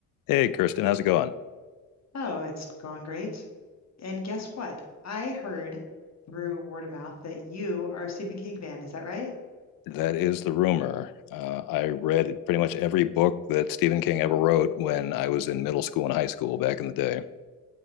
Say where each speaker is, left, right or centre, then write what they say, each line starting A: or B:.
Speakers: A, on the left (about 60°); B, on the left (about 45°).
A: Hey, Kirsten, how's it going?
B: Oh, it's gone great. And guess what? I heard through word of mouth that you are a Stephen King fan. Is that right?
A: That is the rumor. Uh, I read pretty much every book that Stephen King ever wrote when I was in middle school and high school back in the day.